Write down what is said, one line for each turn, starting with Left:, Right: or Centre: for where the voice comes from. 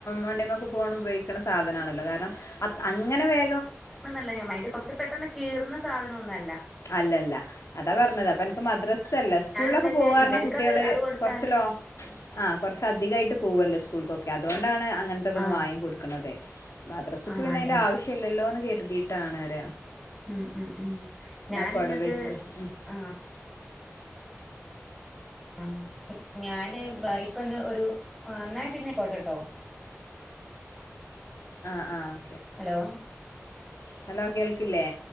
Left: വണ്ടിമേക്കെ പോകണം ഉപയോഗിക്കുന്ന സാധനമാണ്. കാരണം അ അങ്ങനെ വേ
Centre: അന്നല്ല ഞാൻ അതിന്റെ കൊത്തി പെട്ടെന്ന് കീറുന്ന സാധനം ഒന്നല്ല.
Left: അല്ലല്ല അതാ പറഞ്ഞത് അപ്പ എനിക്ക് മദ്രസല്ലേ സ്കൂളിലൊക്കെ
Centre: എന്താ വെച്ചാ
Left: പോവാർന്ന
Centre: ഇവർക്കത്
Left: കുട്ടികൾ
Centre: അത് കൊടുത്താല്
Left: കുറച്ചല്ലോ ആ കുറച്ച അധികമായിട്ട് പോവല്ലോ സ്കൂൾക്കൊക്കെ. അതുകൊണ്ടാണ് അങ്ങനത്തൊക്കെയൊന്ന്
Centre: ആ
Left: വാങ്ങി കൊടുക്കണത് മദ്രസക്ക്
Centre: ആ
Left: പിന്നെ
Centre: അതെ
Left: അതിന്റെ ആവശ്യ ഇല്ലല്ലോന്ന് കരുതിയിട്ടാണര
Centre: ഉം ഉം ഉം ഞാൻ
Left: കൊടപേച്ച്
Centre: എന്നിട്ട്
Left: ഉം
Centre: ആഹ് ആ ഞാന് ഇപ്പന്ന് ഒരുന്നായ പിന്നെ കോട്ടാട്ടോ.
Left: ആ ആഹ്
Centre: ഹലോ
Left: ഹലോ കേൾക്കില്ലേ?